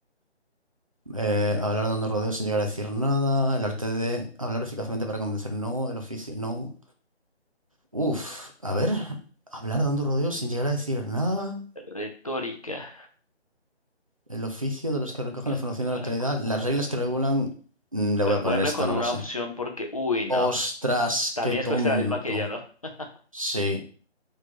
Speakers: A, on the right; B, on the left.
A: Eh, hablar dando rodeos sin llegar a decir nada. El arte de hablar eficazmente para convencer, no. El oficio, no. Uf, a ver. Hablar dando rodeos sin llegar a decir nada.
B: Retórica.
A: El oficio de los
B: A
A: que
B: ver,
A: recogen
B: ¿Qué hace
A: información de
B: para
A: la actualidad.
B: conmover?
A: Las reglas que regulan. mm, Le
B: Bueno,
A: voy a poner
B: voy a irme
A: esta,
B: con
A: no
B: una
A: lo sé.
B: opción porque... Uy, no.
A: Ostras,
B: También
A: qué tonto.
B: escogiste la misma que yo, ¿no? <laughs>
A: Sí.